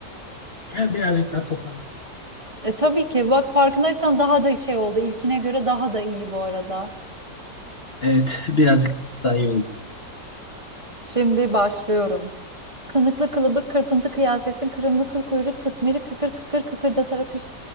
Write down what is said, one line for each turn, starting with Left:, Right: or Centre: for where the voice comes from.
Left: Yani birazcık daha toparladım.
Right: E, tabii ki. Bak farkındaysan daha da şey oldu. İlkine göre daha da iyi bu arada.
Left: Evet birazcık daha iyi oldu.
Right: Şimdi başlıyorum. Kınıklı kılıbık kırpıntı kıyasettin. Kırımlı kıl kuyruk kıtmiri kıkır kıkır kıkırdatarak küs,